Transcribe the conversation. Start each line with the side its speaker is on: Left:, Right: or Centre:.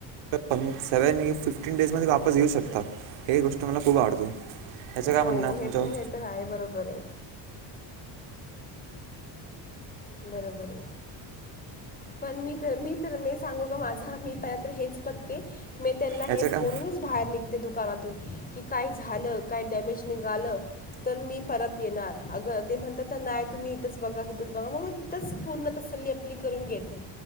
Right: पण सेव्हन फिफ्टीन डेज म <unintelligible> ये वापस घेऊ शकतात, हे गोष्ट मला खूप आवडते. <inaudible>
Left: हो,
Right: आहे
Left: हे
Right: तुमच्यावर
Left: हे तर आहे बरोबर आहे. बरोबर पण मी तर मी तर मी सांगू का माझा मी प तर हेच बघते- मी त्यांना
Right: याचं
Left: हेच
Right: काय
Left: बोलूनच बाहेर निघते दुकानातून. कि काय झालं काय डॅमेज निघालं तर मी परत येणार, अग ते म्हणतात तर नाही, तुम्ही इथच बघा इथच बघा मग. तथ पूर्ण तसल्ली आपली करून घेते